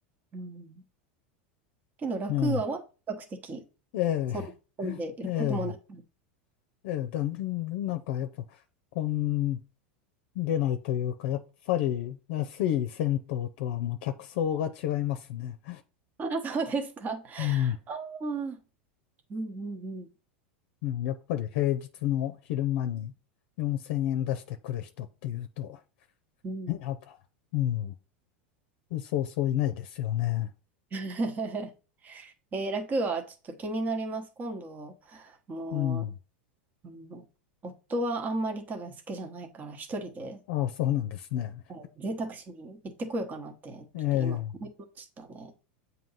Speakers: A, on the right; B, on the left.
A: うんけど、楽アは比較的、
B: ええ、ええ、
A: その、混んでいることもなく。
B: ええ、ええだ、なんかやっぱ、混んでないというか、やっぱり安い銭湯とはもう客層が違いますね。
A: ああ、そうですか。<laughs>
B: うん、
A: ああ、うんうん
B: うんやっぱり平日の昼間に4000円出してくる人っていうと、
A: うん。うん
B: ねやっぱ、うん、そうそういないですよね。
A: <laughs>。えー、楽はちょっと気になります。今度、もう、
B: うん。
A: あの夫はあんまり多分好きじゃないから、一人で、
B: ああ、そうなんですね。
A: はい贅沢しに行ってこようかなって、
B: ええ、
A: ちょっと今思いましたね。